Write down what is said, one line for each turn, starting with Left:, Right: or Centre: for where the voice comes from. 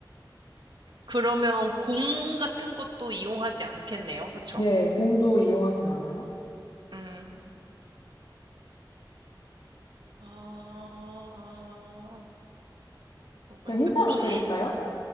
Right: 그러면 공 같은 것도 이용하지 않겠네요. 그쵸?
Left: 네, 공도 이용하진 않아요?
Right: 음, 아, 뭐가
Left: 제가
Right: 있어요?
Left: 힌트 하나
Right: 혹시,
Left: 드릴까요?
Right: 헬-